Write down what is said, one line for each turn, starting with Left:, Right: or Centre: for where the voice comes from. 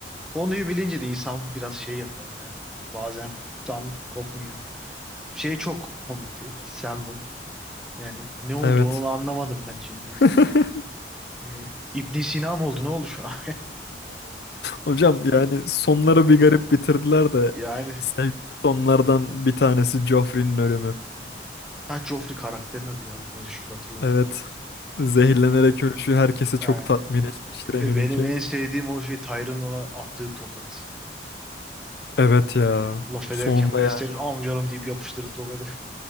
Centre: Konuyu bilince de insan biraz şey yapıyor ama ya. Bazen tam kopmuyor. Şey çok komikti. Samuel. Yani ne oldu
Left: Evet.
Centre: onu anlamadım ben şimdi.
Left: <laughs>
Centre: Ee, İbn Sina mı oldu? Ne oldu şu an?
Left: Hocam yani sonları
Centre: <laughs>
Left: bir garip bitirdiler de
Centre: Yani.
Left: sevdiğim sonlardan bir tanesi Joffrey'nin ölümü.
Centre: Hı. Ha Joffrey karakterin adı ya. Böyle şükür hatırladım.
Left: Evet. Zehirlenerek ölüşü herkesi
Centre: Yani
Left: çok tatmin etmiştir
Centre: E,
Left: eminim
Centre: Benim
Left: ki.
Centre: en sevdiğim o şey Tyron ona attığı tokat.
Left: Evet ya.
Centre: Laf
Left: Sonunda
Centre: ederken ben
Left: yani.
Centre: senin amcanım deyip yapıştırdı tokadı.